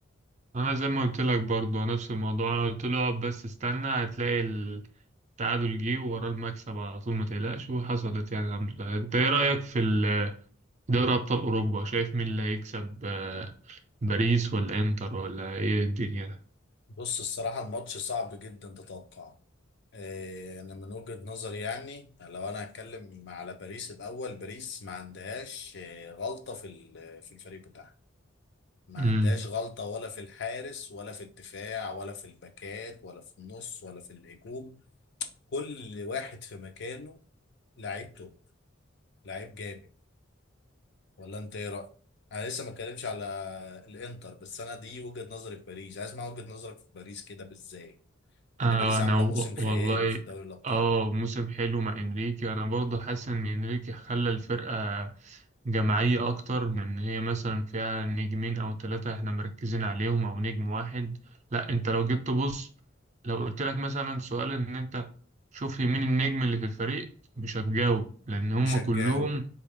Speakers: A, on the right (about 35°); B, on the left (about 55°).
A: انا زي ما قلت لك برضو نفس الموضوع انا قلت له اقعد بس استنى هتلاقي التعادل جه وراه المكسب على طول ما تقلقش وحصلت يعني الحمد لله انت ايه رايك في ال دوري أبطال أوروبا شايف مين اللي هيكسب آه، باريس ولا إنتر ولا إيه الدنيا ده
B: بص الصراحه الماتش صعب جدا تتوقع آه، انا من وجهه نظري يعني لو انا هتكلم على باريس الاول باريس ما عندهاش آه، غلطه في ال- في الفريق بتاعها ما
A: امم
B: عندهاش غلطه ولا في الحارس ولا في الدفاع ولا في الباكات ولا في النص ولا في الهجوم كل واحد في مكانه لعيب توب لعيب جامد ولا انت ايه رايك انا لسه ما اتكلمش على الانتر بس انا دي وجهه نظري في باريس عايز اسمع وجهه نظرك في باريس كده بالذات
A: آه
B: لان باريس
A: أنا
B: عامله
A: و-
B: موسم خيالي
A: والله
B: في دوري الابطال
A: آه موسم حلو مع إنريكي أنا برضه حاسس إن إنريكي خلى الفرقة جماعية أكتر من إن هي مثلا فيها نجمين أو ثلاثة إحنا مركزين عليهم أو نجم واحد لأ أنت لو جيت تبص لو قلت لك مثلا سؤال إن أنت شوف لي مين النجم اللي في الفريق مش هتجاوب لأن هم
B: مش هتجاوب
A: كلهم